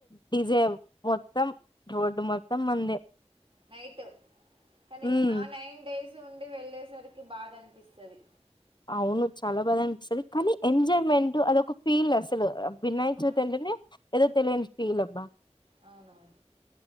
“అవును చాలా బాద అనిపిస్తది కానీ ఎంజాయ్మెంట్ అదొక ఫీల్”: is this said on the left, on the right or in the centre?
Left